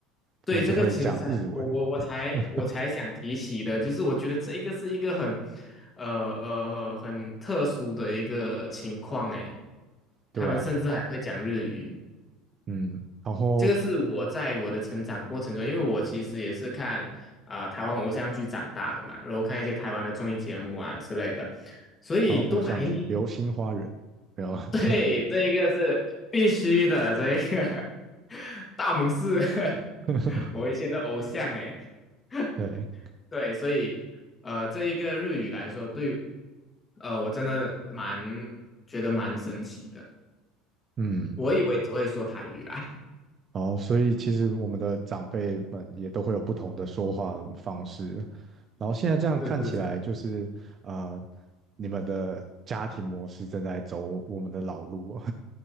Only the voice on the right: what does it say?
他们就会讲日文。
<laughs>
对啊，嗯，然后
然后偶像剧《流星花园》没有啊？
<laughs>
对，
嗯。
然后所以其实我们的长辈们也都会有不同的说话方式。然后现在这样看起来，
就是呃，你们的家庭模式正在走我们的老路哦。